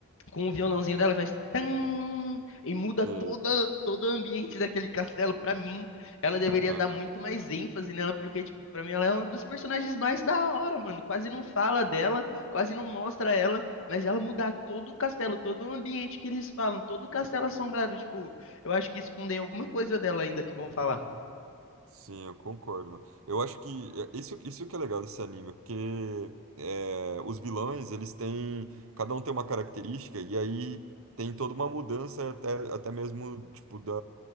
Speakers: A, on the left; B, on the right.
A: com o violãozinho dela e faz tan e muda
B: sei.
A: toda todo o ambiente daquele castelo pra mim. Ela deveria
B: Aham.
A: dar muito mais ênfase nela porque tipo, pra mim ela é uma dos personagens mais da hora, mano. Quase não fala dela, quase não mostra ela, mas ela mudar todo o castelo, todo o ambiente que eles falam, todo o castelo assombrado, tipo, eu acho que escondem alguma coisa dela ainda que vão falar.
B: Sim, eu concordo, mano. Eu acho que é, isso, isso que é legal desse anime, porque é, os vilões, eles têm. Cada um tem uma característica, e aí tem toda uma mudança até, até mesmo, tipo, da,